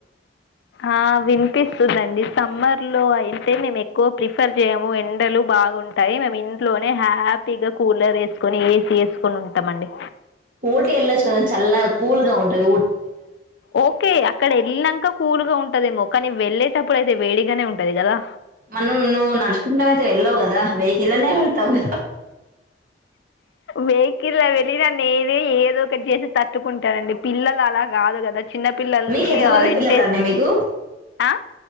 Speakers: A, on the left (about 65°); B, on the right (about 50°).
A: ఆ వినిపిస్తుందండి సమ్మర్ లో అయితే మేము ఎక్కువ ప్రిఫర్ చేయము ఎండలు బాగుంటాయి మేము ఇంట్లోనే హ్యాపీగా కూలర్ వేసుకొని ఏసీ వేసుకొని ఉంటామ అండి
B: ఊటీ ఎల్లచూగదా చల్ కూల్ గా ఉంటుంది
A: ఓకే అక్కడ వెళ్ళాక కూల్గా ఉంటదేమో కానీ వెళ్ళలేటప్పుడు అయితే వేడిగానే ఉంటుంది పెది కదా
B: మనం నువ్వు నడుచుకుంటన్నాం అయితే వెళ్ళావు కదా వెేయికిల్లనే తంగ
A: వెహికల్ వెళ్ళి దాన్ని ఏద ఏదో ఒకటి చేసి తట్టుకుంటానండి పిల్లలు అలా కాదు కదా చిన్న పిల్లల్ని
B: మీకు ఎంతమంది
A: వెంటేసి
B: పిల్లలు అండి మీకు
A: ఆ?